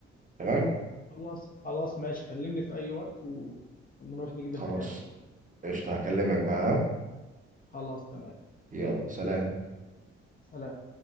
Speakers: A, on the right; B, on the left.
A: تمام
B: خلاص خلاص ماشي كلمني في أي وقت و... ونروح نجيب
A: خلاص
B: الحاجات دي
A: قشطه هكلمك بقى ها؟
B: خلاص تمام
A: يلا سلام
B: سلام